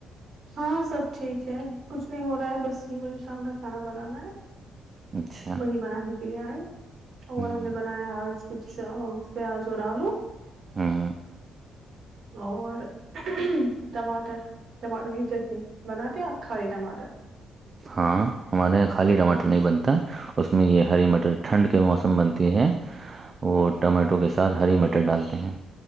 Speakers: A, on the right (about 55°); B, on the right (about 35°).
A: ہاں سب ٹھیک ہے کچھ نہیں ہو رہا ہے بس بجھے شام کا کھانا بنانا ہے
B: اچھا
A: وہی بنانے کے لیے آئے اور
B: ہوں
A: ہم نے ب آج کھ کیا آز ہو رانو
B: ہاں ہاں
A: اور ٹماٹر ٹماٹر کی چٹنی بناتے آپ خالی ٹماٹر
B: ہاں ہمارے یہاں خالی ٹماٹر نہیں بنتے تھا اس میں یہ ہری مٹر ٹھنڈ کے موسم بنتی ہے وہ ٹمیٹو کے ساتھ ہری مٹر ڈالتے ہیں